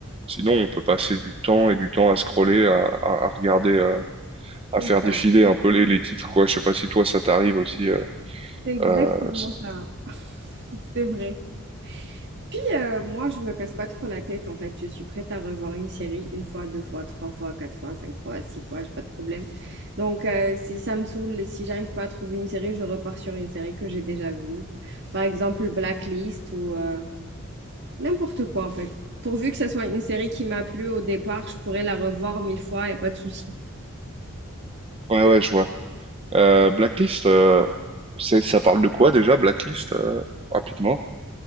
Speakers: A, on the right (about 25°); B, on the right (about 55°).
A: sinon on peut passer du temps et du temps à scroller, à, à, à regarder. euh,
B: C'est
A: à faire
B: ça.
A: défiler un peu les, les titres, quoi. Je sais pas si toi ça t'arrive aussi. euh,
B: C'est exactement
A: euh, ça-
B: ça. C'est vrai. Puis euh, moi, je me casse pas trop la tête en fait. Je suis prête à revoir une série une fois, deux fois, trois fois, quatre fois, cinq fois, six fois, j'ai pas de problème. Donc euh, si ça me saoule, si j'arrive pas à trouver une série, je repars sur une série que j'ai déjà vue. Par exemple, Blacklist ou euh, n'importe quoi en fait. Pourvu que ce soit une série qui m'a plu au départ, je pourrais la revoir mille fois, il n'y a pas de souci.
A: ouais, ouais, je vois. Euh, Blacklist, euh, c'est- ça parle de quoi déjà, Blacklist, euh, rapidement?